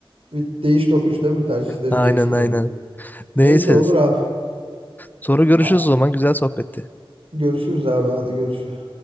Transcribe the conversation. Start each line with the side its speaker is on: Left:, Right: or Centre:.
Right: bir değiş tokuş değil mi? Tercihleri
Left: Aynen
Right: değiştirelim.
Left: aynen. Neyse.
Right: Neyse olur abi.
Left: Sonra görüşürüz
Right: A-
Left: o zaman. Güzel sohbetti.
Right: Görüşürüz abi hadi görüşürüz.